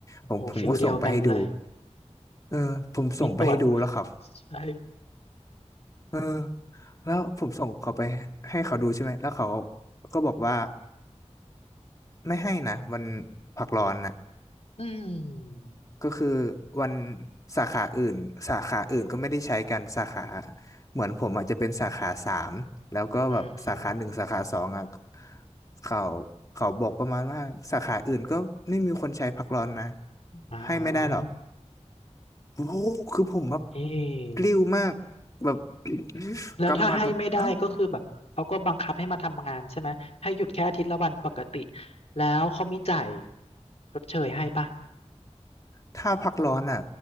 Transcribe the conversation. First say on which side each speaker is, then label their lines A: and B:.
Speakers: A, on the left (about 60°); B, on the left (about 30°).
A: โอ้โหฟิลเดียวกันเลย
B: ผมผมก็ส่งไปให้ดู เออผมส่งไปให้ดูแล้วครับ
A: มีตรวจใช่
B: เออแล้วผมส่งเขาไปให้เขาดูใช่ไหมแล้วเขาก็บอกว่าไม่ให้นะวันพักร้อนนะ
A: อืม
B: ก็คือวันสาขาอื่นสาขาอื่นก็ไม่ได้ใช้กันสาขาเหมือนผมอาจจะเป็นสาขาสามแล้วก็แบบสาขาหนึ่งสาขาสองอ่ะ
A: อืม
B: เขาเขาบอกประมาณว่าสาขาอื่นก็ไม่มีคนใช้พักร้อนนะ
A: อ้า
B: ให้ไม่ได้หรอก
A: ว
B: โอ้โหคือผมแบบ
A: เอ๊ะ
B: กลิ้วมากแบบ <clears throat>
A: แล้วถ้าให้ไม่ได้ก็คือแบบเขาก็บังคับให้มาทำงานใช่ไหมให้หยุดแค่อาทิตย์ละวันปกติ
B: <laughs> กำหมัดแบบอ้าว
A: แล้วเขามีจ่ายชดเชยให้ปะ
B: ถ้าพักร้อนอ่ะ